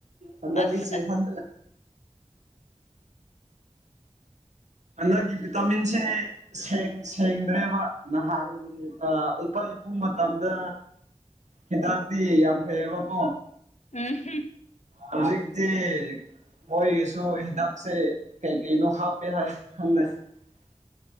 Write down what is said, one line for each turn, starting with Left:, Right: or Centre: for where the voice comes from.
Right: ꯍꯟꯗꯛꯀꯤꯁꯦ
Left: ꯑꯁ
Right: ꯍꯟ ꯍꯟꯗꯛꯀꯤ ꯕꯤꯇꯥꯃꯤꯟꯁꯦ ꯁꯦꯡ ꯁꯦꯡꯗ꯭ꯔꯦꯕ ꯅꯍꯥꯟ ꯑꯥ ꯑꯩꯈꯣꯏ ꯏꯄꯨ ꯃꯇꯝꯗ ꯍꯤꯗꯛꯇꯤ ꯌꯥꯝ ꯐꯩꯌꯦꯕ ꯀꯣ
Left: ꯎꯝ ꯍꯝ
Right: ꯍꯧꯖꯤꯛꯇꯤ ꯃꯣꯏꯒꯤꯁꯨ ꯍꯤꯗꯥꯛꯁꯦ ꯀꯩ ꯀꯩꯅꯣ ꯍꯥꯞꯄꯦ ꯍꯥꯏ <inaudible>